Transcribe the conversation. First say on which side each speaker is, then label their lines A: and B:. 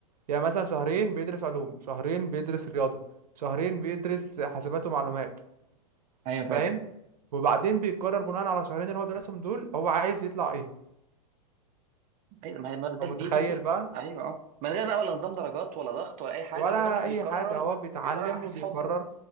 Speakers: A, on the right; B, on the right.
A: يعني مثلا شهرين بيدرس علوم شهرين بيدرس رياضة شهرين بيدرس حاسبات ومعلومات
B: ايوه فاهم
A: فاهم وبعدين بيقرر بناء على الشهرين اللي هو درسهم دول هو عايز يطلع ايه
B: ايوه ما هي ما ده
A: هو متخيل
B: دي دي الفكره
A: بقى
B: ايوه اه من غير بقى ولا نظام درجات ولا ضغط ولا اي حاجه
A: ولا
B: هو بس
A: اي
B: بيكرر
A: حاجة هو بيتعلم
B: بيكرر على حسب
A: وبيقرر
B: حبه